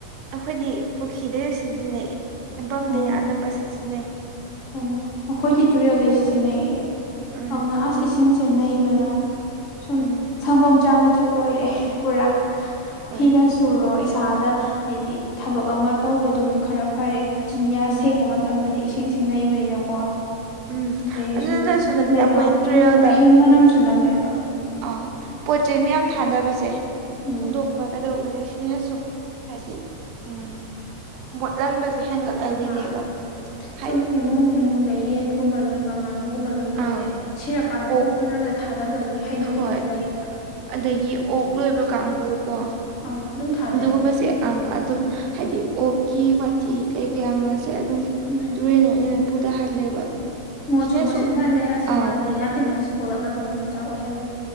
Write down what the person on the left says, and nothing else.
ꯑꯣ
ꯑꯣ ꯃꯈꯣꯏꯗꯤ ꯇꯨꯔꯦꯜꯗꯩ ꯁꯤꯖꯤꯟꯅꯩꯌꯦ
ꯑꯗꯨꯅ ꯑꯁ ꯏꯁꯤꯡꯁꯦ ꯅꯩꯕꯅ ꯁꯨꯝ
ꯁꯪꯒꯣꯝ ꯆꯥꯃꯁꯨꯨ ꯑꯣꯏꯔꯦ ꯄꯨꯔꯥ
ꯐꯤꯗ ꯁꯨꯔꯣ ꯏꯁꯥꯗ ꯍꯥꯏꯗꯤ ꯊꯕꯛ ꯑꯃ ꯇꯧꯕ ꯑꯗꯨꯝ ꯈꯔ ꯐꯔꯦ ꯆꯤꯟꯌꯥ
ꯁꯦꯡꯕ ꯃꯇꯝꯗꯗꯤ ꯏꯁꯤꯡꯁꯤ ꯅꯩꯕꯅꯤꯅꯀꯣ
ꯑꯗꯩ
ꯁꯨꯝ
ꯂꯩꯕꯥꯛꯀꯤ
ꯃꯍꯍꯤꯡ ꯃꯅꯝꯁꯨ ꯅꯝꯃꯦꯕ
ꯎꯝ
ꯃꯥꯅꯦ
ꯁꯨꯝ ꯏꯃꯨꯡ ꯏꯃꯨꯡꯗ ꯌꯦꯟꯒꯨꯝꯕ ꯂꯣꯏꯕ ꯉꯥꯅꯨꯒꯨꯝꯕ ꯂꯣꯏꯕꯁꯦ
ꯁꯤꯔꯀꯥꯟꯗ
ꯀꯣꯛꯇꯨꯔꯒ ꯊꯥꯗꯕꯒꯤ ꯍꯩꯅꯕꯤ
ꯑꯃ ꯂꯩꯌꯦꯕ
ꯑꯪ ꯑꯗꯨꯝ ꯊꯥꯗꯩ
ꯎꯝ
ꯃꯣꯠꯁꯨ
ꯃꯣꯠꯁꯤꯟꯍꯜꯂꯦ ꯑꯁꯤꯅ
ꯂꯩꯥꯏꯅꯥ ꯇꯤꯟꯅꯥꯁꯨ ꯄꯣꯛꯂꯛꯅꯕꯒꯤ ꯃꯆꯥꯛ ꯑꯣꯏꯍꯜꯂꯦ